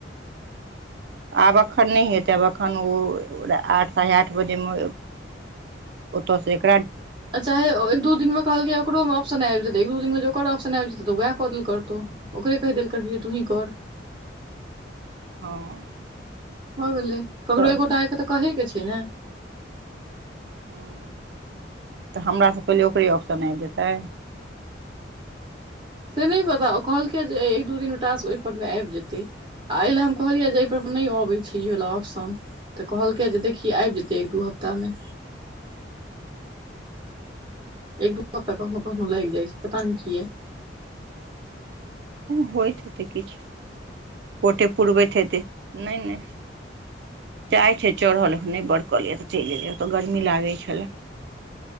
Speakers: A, on the right; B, on the right.
A: आब अखैन नै हेतै आब अखैन ओ आठ साढ़े आठ बजे मे ओत से एक
B: आ चाहे एक दिन मे कहलकै ओकरो मे आप्शन आबि जेतै, एक दू दिन मे जे ओकर ऑ्प्शन आप्शन आबि जेतै त वैह क देल करतौ ओकरे कहि देल करबही जे तुही कर
A: हँ
B: भ गेलै, ककरो
A: तऽ
B: एक गोटा के त कहै के छै ने
A: ह <inaudible> त हमरा से पहिले ओकरे ऑप्शन आबि जेतै।
B: से नहि पता कहलकैये जे एक दू दिन मे टास्क ओहि पर मे आबि जेतै। आ एहि ले हम कहलियै जे एहि पर नहि अबै छै ई वला ऑप्शन त कहलकै जे देखी आबि जेतै एक दू हफ्ता हफ्ता मे। एक दू हफ्ता कखनो कखनो लागि जाइ छै पता नहि कियै
A: होइत हेतै किछु कोटे पुरबैत हेतै नै नै। चाय छै चढल नै बड़कलै चलि एलियै ओत गर्मी लागै छले।